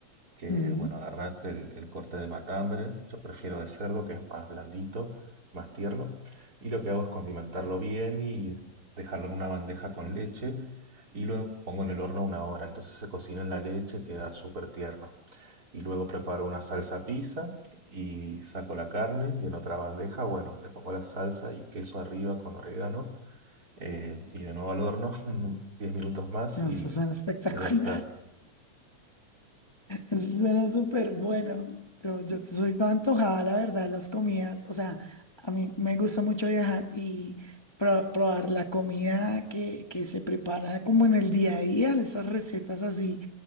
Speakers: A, on the right (about 30°); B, on the left (about 40°).
A: que,
B: Mm,
A: bueno, agarrás el, el corte de matambre, yo prefiero de cerdo, que es más blandito, más tierno, y lo que hago es condimentarlo bien y dejarlo en una bandeja con leche, y lo pongo en el horno una hora, entonces se cocina en la leche, queda súper tierno. Y luego preparo una salsa pizza y saco la carne y en otra bandeja, bueno, le pongo la salsa y queso arriba con orégano eh, y de nuevo al horno <laughs> 10 minutos más
B: no,
A: y
B: estos son espectacular.
A: y ya está.
B: Eso suena súper bueno. Yo, yo soy toda antojada, la verdad, de las comidas. O sea, a mí me gusta mucho viajar y pro- probar la comida que, que se prepara como en el día a día, esas recetas así